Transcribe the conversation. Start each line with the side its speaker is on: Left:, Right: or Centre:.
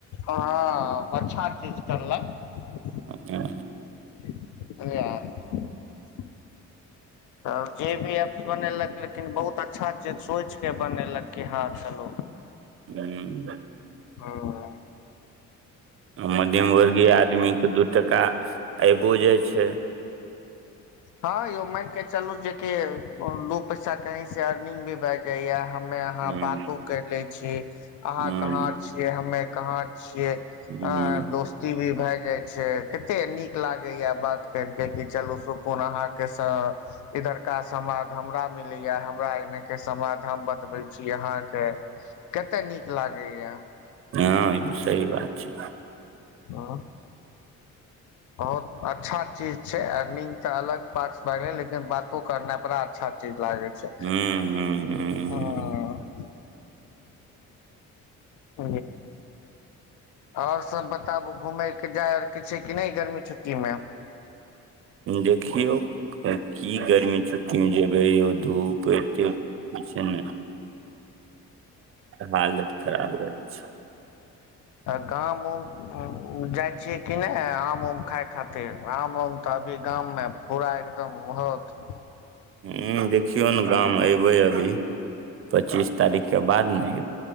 Left: हँ अच्छा चीज करलक।
Right: हँ
Left: रेहे <inaudible> तब जे भी एप्स बनेलक लेकिन बहुत अच्छा चीज सोचिकऽ बनेलक कि हँ चलू
Right: हूँ
Left: हूँ
Right: मध्यम वर्गीय आदमीके दू टका आइबो जाइ छै
Left: हँ यौ मानि के चलू जे कि दू पैसा कहीं से अर्निंग भी भए जाइया हम्मे अहाँ
Right: हूँ
Left: बातो कर लै छी अहाँ
Right: हूँ
Left: कहाँं छीये हम्मे कहाँ छिये
Right: हूँ
Left: ऐं दोस्ती भी भए जाइ छै कत्ते नीक लागैया बात करके कि चलू सु कोन अहाँ के स इधरका समाद हमरा मिलै ये हमरा एने के समाद हम बत बै छी अहाँके केत्त नीक लागैये
Right: हँ ई तऽ सही बात छै
Left: हँ बहुत अच्छा चीज छै अर्निंग तऽ अलग पार्टस भए गेलै लेकिन बातो करनाइ बड़ा अच्छा चीज लागै छै
Right: हूँ हूँ हूँ
Left: हँ
Right: हूँ
Left: <unintelligible> ओर सब बताबू घुमयके जाय आओर कि छै कि नहि गर्मी छुट्टीमे
Right: देखियौ की गर्मी छुट्टी जे यौ धूप एत्ते छै ने हालत खराब रहै छै
Left: गाम उम जाइ छियै कि नै आम उम खााय खातिर आम उम तऽ अभी गाम मे पुरा एकदम होत
Right: हूँ देखियौ न गाम अयबै अभी पच्चीस तारीख के बाद ने